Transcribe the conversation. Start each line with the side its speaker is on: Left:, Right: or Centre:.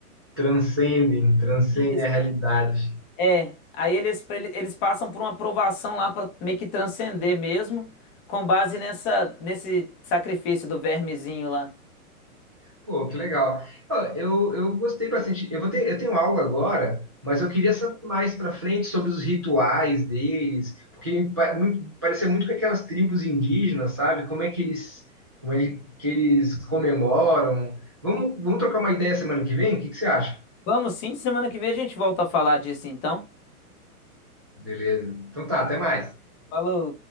Right: Transcendem, transcendem
Left: Isso,
Right: a realidade.
Left: é. É. Aí eles, pra ele- eles passam por uma aprovação lá para meio que transcender mesmo, com base nessa, nesse sacrifício do vermezinho lá.
Right: Pô, que legal. Ó, Eu, eu gostei bastante. Eu vou ter, eu tenho aula agora, mas eu queria saber mais para frente sobre os rituais deles, porque pa- muito, parecia muito com aquelas tribos indígenas, sabe? Como é que eles, como é que eles comemoram. Vamos, vamos trocar uma ideia semana que vem? O que que você acha?
Left: Vamos sim, semana que vem a gente volta a falar disso então.
Right: Beleza. Então tá, até mais.
Left: Falou.